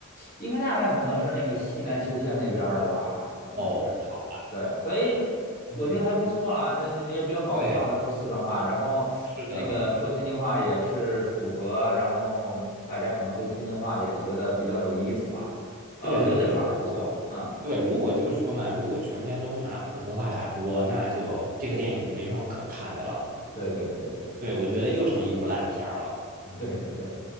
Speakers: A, on the left (about 40°); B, on the right (about 40°).
A: 应该大概可能是那个西南修仙那边儿的吧，可能是，
B: 哦，好吧。
A: 对，所以我觉得还不错啦，
B: 嗯。
A: 这这也比较搞笑。
B: 对，
A: 他说四川话，然后那个说天津话也是符合，
B: 是的，
A: 然后大家可能对天津话也觉得比较有意思吧。然后我觉得这块儿还不错吧，
B: 对对对。如果对，
A: 嗯，
B: 如果就是说嘛，如果全篇都是拿普通话来播，那就这个电影就没什么可看的了。
A: 对对对对对对
B: 对，我觉得又成一部烂片儿了。
A: 对对对。